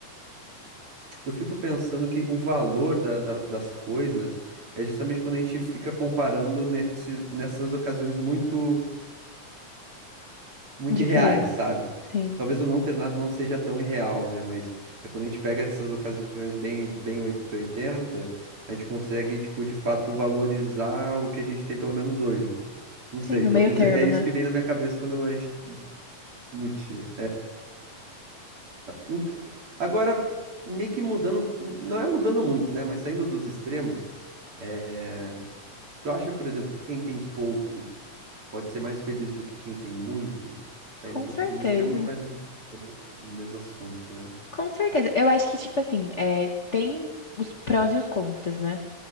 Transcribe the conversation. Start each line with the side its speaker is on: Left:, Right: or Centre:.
Right: eu fico pensando que o valor da- da- das coisas é justamente quando a gente fica comparando nesses, nessas ocasiões muito muito
Left: Diferentes.
Right: irreais, sabe?
Left: Sim,
Right: Talvez o não ter nada não seja tão irreal, né? Mas é quando a gente pega essas ocasiões bem, bem 880, a gente consegue, tipo, de fato valorizar o que a gente tem, pelo menos hoje. Não sei,
Left: sim, no
Right: pelo
Left: meio
Right: menos
Left: termo,
Right: é isso
Left: né?
Right: que vem na minha cabeça quando a gente discute. Ent- Agora, meio que mudando, não é mudando muito, né? Mas saindo dos extremos, é, tu acha, por exemplo, que quem tem pouco. pode ser mais feliz do que quem tem muito, saindo
Left: Com
Right: um pouco
Left: certeza.
Right: dos extremos, mas ficando no mesmo assunto, né?
Left: Com certeza. Eu acho que, tipo assim, é, tem os prós e os contras, né?